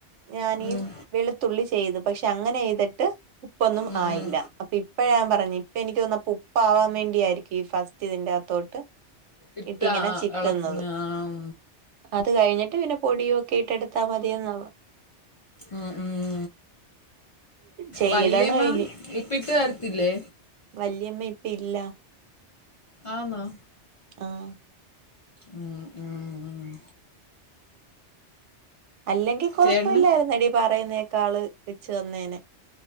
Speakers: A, on the right; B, on the left.
A: ഞാനീ
B: ഉം
A: വെളുത്തുള്ളി ചെയ്തു. പക്ഷെ അങ്ങനെ ചെയ്തിട്ട്, ഉപ്പൊന്നും
B: ഉം
A: ആയില്ല.
B: ഉം
A: അപ്പൊ ഇപ്പ ഞാൻ പറഞ്ഞു. ഇപ്പ എനിക്ക് തന്നപ്പ ഉപ്പാവാൻ വേണ്ടിയായിരിക്കും ഈ ഫസ് റ്റ് ഇതിന്റെ അകത്തോട്ട്,
B: ഇട്ടാ
A: ഇട്ടിങ്ങനെ
B: ആ
A: ചിക്കുന്നത്
B: ഇളക്ക ആം.
A: അത് കഴിഞ്ഞിട്ട്, പിന്നെ പൊടിയും ഒക്കെ ഇട്ട എടുത്താ മതിന്നാവാ.
B: ഉ ഉം.
A: ചെയ്യണം
B: വല്യമ്മ
A: അയിന്
B: ഇപ്പ ഇട്ട് തരത്തില്ലേ?
A: വല്യമ്മ ഇപ്പ ഇല്ല.
B: ആന്നോ.
A: ആഹ
B: ഉം ഉം ഉം.
A: അല്ലെങ്കിൽ കൊഴപ്പില്ലാരുന്നെടി,
B: ചേട്ടന്
A: പറയുന്നേക്കാള് വച്ച് തന്നേനേ.